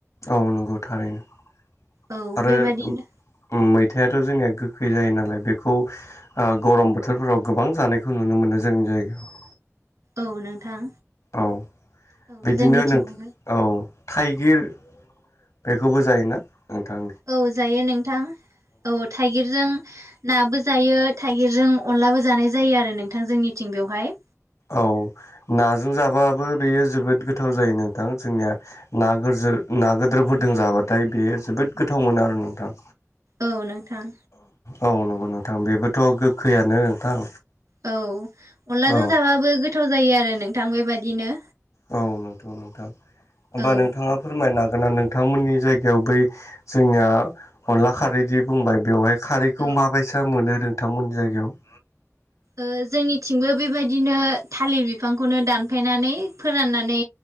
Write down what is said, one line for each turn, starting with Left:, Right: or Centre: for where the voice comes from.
Left: औ नंगौ थारैनो
Right: औ
Left: आरो
Right: बेबादिनो
Left: उम मैथायाथ' जोंनिया गोखै जायो नालाय बेखौ ओ गरम बोथोरफोराव गोबां जानायखौ नुनो मोनो जोंनि जायगायाव
Right: औ नोंथां
Left: औ
Right: औ
Left: बिदिनो
Right: जोंनिथिंबो
Left: नों औ थाइगिर बेखौबो जायोना नोंथां।
Right: औ जायो नोंथां औ थाइगिरजों नाबो जायो थाइगिरजों अनलाबो जानाय जायो आरो नोंथां जोंनिथिं बेवहाय।
Left: औ नाजों
Right: औ
Left: जाबाबो बेयो जोबोद गोथाव जायो नोंथां जोंनिया ना गोजो
Right: औ
Left: ना गोदोरफोरदों जाबाथाय बेयो जोबोद गोथाव मोनो आरो नोंथां।
Right: औ नोंथां।
Left: औ नंगौ नोंथां बेबोथ' गोखैयानो नोंथां।
Right: औ अनलाजों
Left: औ
Right: जाबाबो गोथाव जायो आरो नोंथां बेबादिनो
Left: औ नोंथां नोंथां
Right: औ
Left: होमबा
Right: औ
Left: नोंथाङा फोरमायनो हागोना नोंथांमोननि जायगायाव बै जोंनिया अनला खारैदि बुंबाय बेवहाय खारैखौ
Right: ओ
Left: माबायसा मोनो नोंथांमोननि जायगायाव?
Right: ओ जोंनिथिंबो बेबायदिनो थालिर बिफांखौनो दानफायनानै फोराननानै।